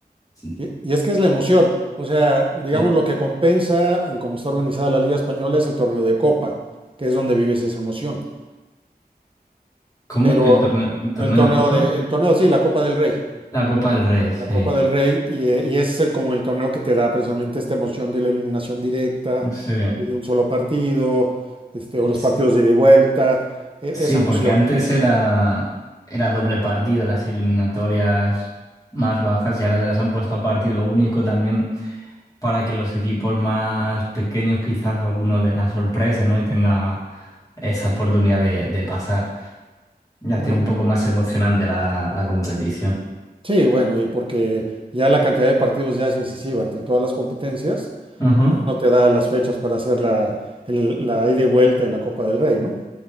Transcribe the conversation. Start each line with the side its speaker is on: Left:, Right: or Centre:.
Left: sí,
Right: Y, y es que es la emoción. O sea, digamos
Left: sí.
Right: lo que compensa en cómo está organizada la Liga Española es el torneo de Copa, que es donde vives esa emoción.
Left: ¿Cómo
Right: Pero
Left: que el torneo, el torneo
Right: el torneo
Left: de Copa?
Right: de, el torneo, sí, la Copa del Rey,
Left: La Copa del Rey, sí.
Right: la Copa del Rey, y, eh, y ese es el, como el torneo que te da precisamente esta emoción de la eliminación directa
Left: Sí,
Right: y de un solo partido, este,
Left: Es-
Right: o los partidos de ida y vuelta, e-
Left: sí,
Right: esa emoción.
Left: porque antes era, era doble partido las eliminatorias más bajas y ahora ya las han puesto a partido único también. para que los equipos más pequeños quizás alguno de la sorpresa, ¿no? Y tenga esa oportunidad de, de pasar y hacer
Right: Bueno,
Left: un poco más emocionante la, la competición.
Right: sí, bueno, y porque ya la cantidad de partidos ya es excesiva entre todas las competencias,
Left: Ajá.
Right: no te da las fechas para hacer la, el- la ida y vuelta en la Copa del Rey, ¿no?